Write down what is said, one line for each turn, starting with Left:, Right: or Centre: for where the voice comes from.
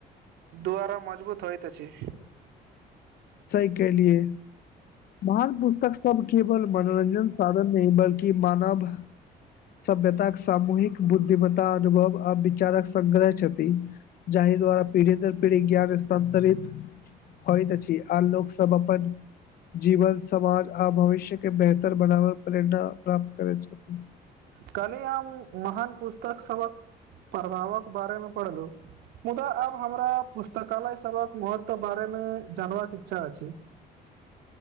Right: द्वारा मजबूत होइत छै
Left: सही कहलाए महान पुस्तक सभ केवल मनोरंजन साधन नहि बल्कि मानव सभ्यताक, सामूहिक, बुद्धिम्ता, अनुभव आ विचारक संगग्रह छथि। जाहि द्वारा पीढ़ी दर पीढ़ी ज्ञान स्थान्तरित। होइत छी आर लोक सभ अपन जीवन समाज आ भविष्यके बेहतर बनाबे प्रेरणा प्राप्त करै छथिन।
Right: कले हम महान पुस्तक सभक प्रभावक बारेमे पढ़लहु। मुदा आब हमरा पुस्तकालय सभक महत्व बारेमे जानबाक इच्छा अछि।